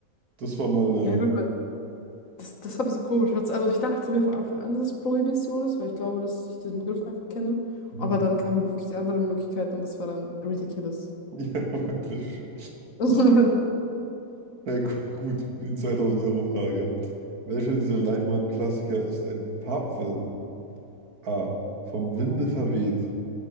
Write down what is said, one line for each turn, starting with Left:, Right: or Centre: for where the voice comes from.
Right: das war mal eine.
Left: Ja, gut, weil das, das war ein bisschen komisch. weil's- Also, ich dachte mir von Anfang an, dass es Prohibition ist, weil ich glaube, dass ich diesen Begriff einfach kenne.
Right: Mhm.
Left: Aber dann kamen wirklich die anderen Möglichkeiten und das war dann ridiculous.
Right: <laughs> Ja, wirklich.
Left: <laughs>
Right: Na gu- <laughs> gut, für die 2000-Euro-Frage. Welcher dieser
Left: Okay,
Right: Leinwandklassiker ist ein Farbfilm? A. Vom Winde verweht.